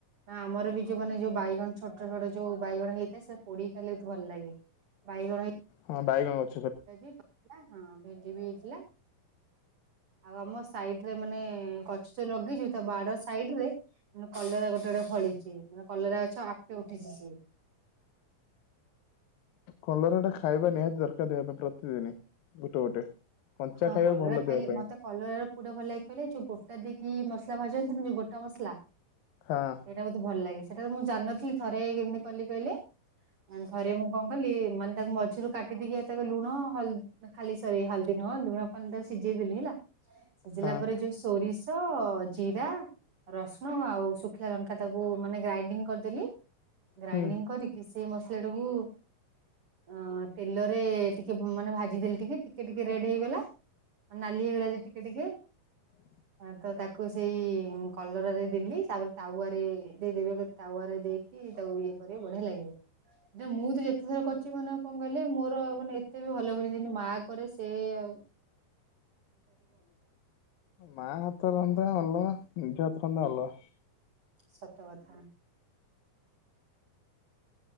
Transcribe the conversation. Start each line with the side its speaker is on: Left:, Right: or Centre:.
Right: ଆମର ବି ଯୋଉ ମାନେେ ଯୋଉ ବାଇଗଣ ଛୋଟ ଛୋଟ ଯୋଉ ବାଇଗଣ ହେଇଥାଏ ସେ ପୋଡ଼ିକି ଖାଇଲେ ଭଲ ଲାଗେ। ବାଇଗଣ ହେ
Left: ହଁ ବାଇଗଣ <unintelligible>
Right: <unintelligible> ହଁ ଭେଣ୍ଡି ବି ହେଇଥିଲା। ଆଉ ଆମ ସାଇଡ୍ ରେ ମାନେ ଗଛ ଯୋଉ ଲଗେଇଛୁ ତା ବାଡ଼ ସାଇଡରେ <unintelligible> କଲରା ଗୋଟେ ଗୋଟେ ଫଳିଛି ମାନେ କଲରା ଗଛ ଆପେ ଉଠିଛି ସିଏ।
Left: କଲରା ଟା ଖାଇବା ନିହାତି ଦରକାର ଦେହ ପାଇଁ ପ୍ରତିଦିନି। ଗୋଟେ ଗୋଟେ କଞ୍ଚା
Right: ହଁ
Left: ଖାଇବା ଭଲ ଦେହ ପାଇଁ।
Right: କଲରା ର କୋଉଟା ଭଲ ଲାଗେ କହିଲେ ଯୋଉ ଗୋଟ ଦେଇକି ମସଲା ଭାଜନ୍ତିନି ଯୋଉ ଗୋଟା ମସଲା।
Left: ଖାଁ।
Right: ଏଇଟା ବୋହୁତ ଭଲ ଲାଗେ ସେଟା ତ ମୁଁ ଜଣିନଥିଲି ଥରେ ଏଇ କେମିତି କଲି କହିଲେ ଏନ୍ ମୁଁ କଣ କଲି ମାନେ ତାକୁ ମଝିରୁ କାଟି ଦେଇକି ଏ ତାକୁ ଲୁଣ ହଲ୍ ନା ଖାଲି ସରି ହାଲଦୀ ନୁହଁ ଲୁଣ ପାଣିରେ ତାକୁ ସିଜେଇ ଦେଲି ହେଲା ସିଜିଲା
Left: ହଁ
Right: ପରେ ଯୋଉ ସ୍ ତୋରିଷ ଜିରା ରସୁଣ ଆଉ ଶୁଖିଲା ଲଙ୍କା ତାକୁ ମାନେ ଗ୍ରାଇଣ୍ଡିଙ୍ଗ କରିଦେଲି। ଗ୍ରାଇଣ୍ଡିଙ୍ଗ
Left: ହୁଁ
Right: କରିକି ସେ ମସଲା ଟାକୁ ଅଁ ତେଲରେ ଟି କେ ମାନେ ଭାଜିଦେଲି ଟିକେ ଟିକେ ଟିକେ ରେଡ୍ ହେଇଗଲା ମାନେ ନାଲି ହେଇଗଲା ଯେ ଟିକେ ଟିକେ।
Left: ହ
Right: ହଁ ତ ତାକୁ ସେଇ କଲର ରେ ଦେଲି ତାପରେ ତାୱାରେ ଦେଇଦେବେ <unintelligible> ତାୱାରେ ଦେଇକି ତାକୁ ଇଏ କରିବା ବଢ଼ିଆ ଲାଗିବ। ଯେ ମୁଁ ତ ଯେତେଥର କରିଛିି ମାନେ କଣ କହିଲେ ମୋର ମାନେ ଏତେ ବି ଭଲ ହୁଏନି ଯେଏନ୍ତି ମା କରେ ସେ ଆଉ
Left: ମା ହାତ ରନ୍ଧା ଅଲଗା ନିଜ ହାତ ରନ୍ଧା ଅଲଗା।
Right: ସତ କଥା।